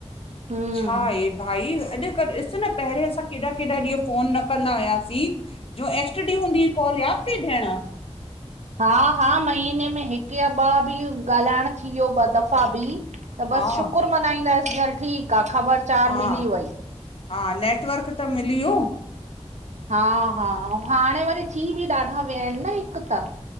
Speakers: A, on the right; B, on the left.
A: हम्म
B: छाहे भाई अॼुकल्ह ॾिस न पहिरें असां केॾा- केॾा ॾींहं फोन न कंदा हुयासीं। जो एस टी डी हूंदी हुई कॉल याद तई भेण?
A: हा -हा, महीने में हिकु या ॿ बि ॻाल्हाइण थी वियो ॿ दफ़ा बि त
B: हा
A: बसि शुकुर मनाईंदासीं हल ठीकु आ ख़बर चार
B: हा-
A: मिली वई।
B: हा, नेटवर्क त मिली वियो।
A: हा -हा, अउं हाणे वरी थी बि ॾाढा विया आहिनि न हिकु त